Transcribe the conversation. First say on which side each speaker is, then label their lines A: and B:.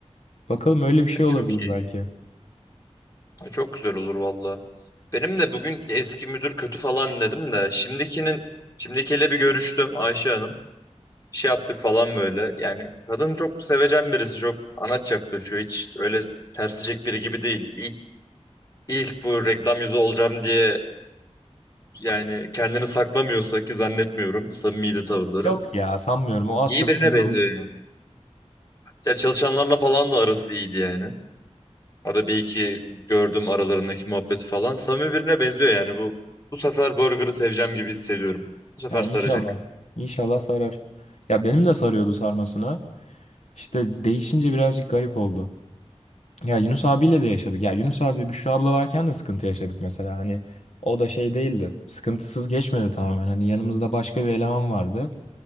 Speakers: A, on the left; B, on the left.
A: Bakalım öyle bir şey
B: E, çok
A: olabilir
B: iyi.
A: belki.
B: E, çok güzel olur valla. Benim de bugün eski müdür kötü falan dedim de şimdikinin şimdikiyle bir görüştüm Ayşe Hanım. Şey yaptık falan böyle. Yani kadın çok sevecen birisi çok anaç yaklaşıyor. Hiç öyle tersicek biri gibi değil. İlk, ilk bu reklam yüzü olacağım diye yani kendini saklamıyorsa ki zannetmiyorum samimiydi tavırları.
A: Yok ya sanmıyorum o az
B: İyi
A: çok
B: birine
A: belli
B: benziyor yani. Ya çalışanlarla falan da arası iyiydi yani. Orada bir iki gördüm aralarındaki muhabbeti falan. Samimi birine benziyor yani bu. Bu sefer Burger'ı seveceğim gibi hissediyorum. Bu sefer
A: Ya
B: saracak.
A: inşallah. İnşallah sarar. Ya benim de sarıyordu sarmasına. İşte değişince birazcık garip oldu. Ya Yunus abiyle de yaşadık. Ya Yunus abi Büşra abla varken de sıkıntı yaşadık mesela. Hani o da şey değildi. Sıkıntısız geçmedi tamamen. Hani yanımızda başka bir eleman vardı.